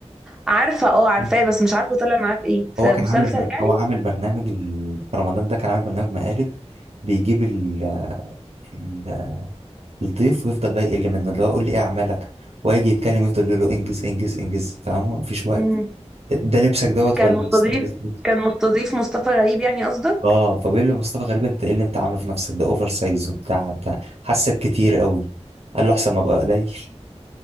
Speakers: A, in the centre; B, on the right.
A: عارفه اه عارفاه
B: مم.
A: بس مش عارفه طلع معاه في ايه في
B: هو كان
A: مسلسل
B: عامل بر...
A: يعني
B: هو عامل برنامج ال... في رمضان ده كان عامل برنامج مقالب بيجيب ال... ال... الضيف ويفضل بقى يقل منه اللي هو قول لي ايه اعمالك ويجي يتكلم يفضل يقول له انجز انجز انجز فاهمه مفيش وقت
A: مم.
B: ده لبسك دوت
A: كان
B: ولا
A: مستضيف
B: ستايل- ستايل؟
A: كان مستضيف مصطفى غريب يعني قصدك
B: اه فبيقول له مصطفى غريب انت ايه اللي انت عامله في نفسك ده اوفر سايز وبتاع انت حاسك كتير قوي قال له احسن ما ابقى قليل